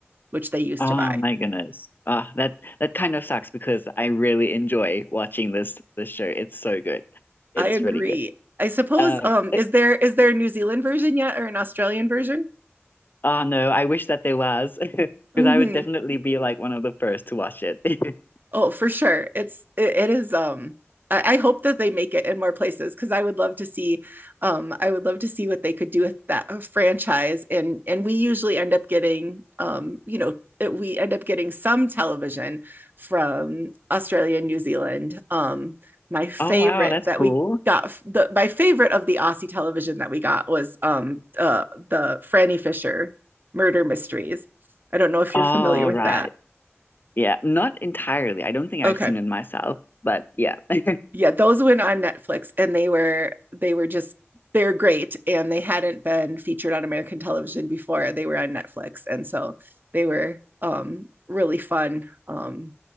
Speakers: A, on the right; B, on the left.
A: which they used
B: oh
A: to buy.
B: my goodness, uh, that that kind of sucks because I really enjoy watching this this show. It's so good, it's
A: I agree.
B: really good.
A: I suppose
B: Um,
A: um
B: it,
A: is there is there a New Zealand version yet or an Australian version?
B: oh no, I wish that there was <laughs> because
A: Mm-hmm.
B: I would definitely be like one of the first to watch it. <laughs>
A: Oh, for sure. It's it, it is um I, I hope that they make it in more places because I would love to see um I would love to see what they could do with that uh, franchise and and we usually end up getting um you know it- we end up getting some television from Australia and New Zealand. Um my favorite
B: Oh wow, that's
A: that
B: cool.
A: we got the my favorite of the Aussie television that we got was um uh the Franny Fisher murder mysteries. I don't know if you're
B: All
A: familiar with
B: right,
A: that.
B: yeah, not entirely. I don't think I've
A: Okay.
B: seen it myself, but yeah. <laughs>
A: yeah, those went on Netflix and they were they were just they're great and they hadn't been featured on American television before. They were on Netflix and so they were um really fun. Um